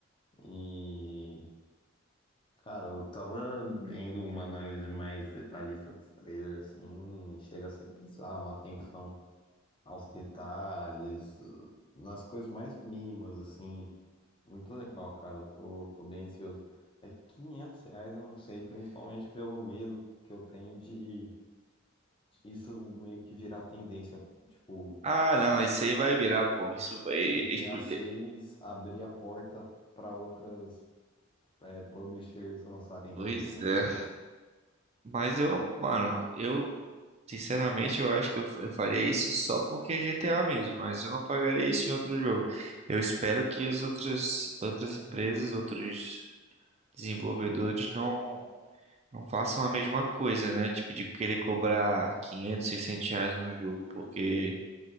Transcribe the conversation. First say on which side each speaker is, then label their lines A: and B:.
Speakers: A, on the left; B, on the right.
A: E, cara, eu tava vendo uma análise mais detalhista dos trailers, assim, e chega a ser bizarro a atenção aos detalhes, nas coisas mais mínimas, assim. Muito legal, cara. Eu tô, tô bem ansioso. É que 500 reais eu não sei, principalmente pelo medo que eu tenho de isso meio que virar tendência. Tipo,
B: Ah, não, isso aí vai virar, pô. Isso vai. expl-
A: GTA 6 abrir a porta para outras é, publishers lançarem
B: Pois
A: jogo a 500
B: é.
A: reais.
B: Mas eu não, mano, eu sinceramente eu acho que eu, f- eu faria isso só porque é GTA mesmo, mas eu não pagaria isso em outro jogo. Eu espero que as outras outras empresas, outros desenvolvedores não não façam a mesma coisa, né? Tipo de querer cobrar 500, 600 reais num jogo, porque